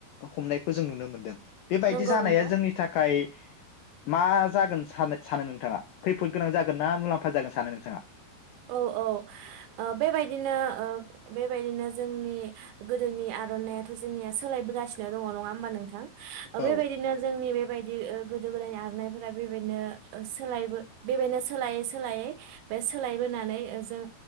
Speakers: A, on the left; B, on the right.
A: हमनायखौ जों नुनो मोन्दों। बेबायदि
B: नंगौ
A: जानाया
B: नंगौ
A: जोंनि थाखाय मा जागोन सानो सानो नोंथाङा खैफोद गोनां जाग गोन ना मुलाम्फा जागोन सानो नोंथाङा?
B: औ औ ओ बेबायदिनो ओ बेबायदिनो जोंनि गोदोनि आर'नायाथ' जोंनिया सोलायबोगासिनो दङ नङा होमबा नोंथां? ओ बे
A: औ
B: बायदिनो जोंनि बेबाय दि ओ गोदो-गोदायनि आरनायफोरा बेबायनो सोलाय बो बेबायनो सोलायै सोलायै बे सोलाय बोनानै ओ जों